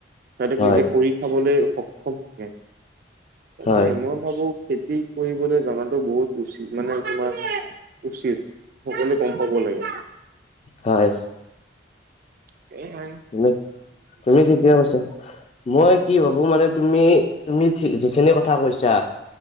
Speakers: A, on the right; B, on the left.
A: তাহতে
B: হয়
A: নিজে কৰি খাবলে শক শক্তি থাকে।
B: হয়
A: ভাবো খেতি কৰিবলৈ জাতটো বহুত উচিত মানে তোমাৰ উচিত। সকলো গম পাব লাগে।
B: হয়।
A: সেইয়াই,
B: তুমি-তুমি ঠিকেই কৈছা। মই কি ভাবো মানে তুমি-তুমি যিখিনি কথা কৈছা।